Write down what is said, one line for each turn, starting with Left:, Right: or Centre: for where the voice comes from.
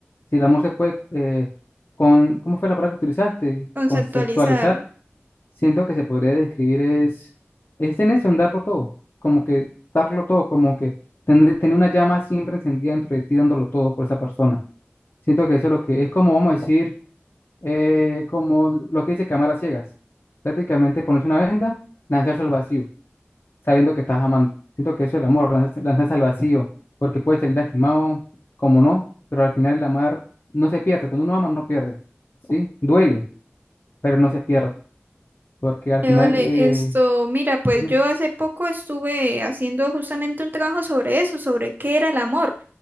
Left: Si el amor se puede, eh, con, ¿cómo fue la palabra que utilizaste?
Right: Conceptualizar.
Left: Conceptualizar. Siento que se podría describir es, es en eso, en darlo todo, como que darlo todo, como que tener, tener una llama siempre encendida dentro de ti, dándolo todo por esa persona. Siento que eso es lo que es como, vamos a decir, eh, como lo que dice cámara ciegas. Prácticamente ponerse una venda, lanzarse al vacío sabiendo que estás amando. Siento que eso es el amor, lanzarse, lanzarse al vacío, porque puedes salir lastimado, como no, pero al final el amar no se pierde. Cuando uno ama, no pierde, ¿sí? Duele, pero no se pierde, porque al
Right: Eh,
Left: final,
Right: Vale,
Left: eh,
Right: esto, mira, pues
Left: dime,
Right: yo hace poco estuve haciendo justamente un trabajo sobre eso, sobre qué era el amor.